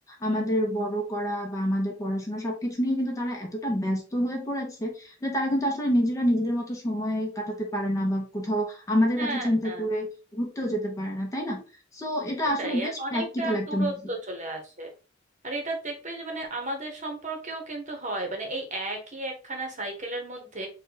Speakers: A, on the left (about 15°); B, on the right (about 40°).
A: আমাদের বড় করা বা আমাদের পড়াশোনা সবকিছু নিয়ে কিন্তু তারা এতটা ব্যস্ত হয়ে পড়েছে যে তারা কিন্তু আসলে নিজেরা নিজেদের মতো সময় কাটাতে পারে না বা কোথাও আমাদের
B: হ্যাঁ
A: কথা চিন্তা
B: হ্যাঁ
A: করে ঘুরতেও যেতে পারে না তাই না সো এটা
B: সেটাই
A: আসলে বেশ
B: আর অনেকটা
A: প্র্যাকটিক্যাল একটা
B: দূরত্ব
A: মুভি
B: চলে আসে আর এটা দেখবে যে মানে আমাদের সম্পর্কেও কিন্তু হয় মানে এই একই একখানা সাইকেলের মধ্যে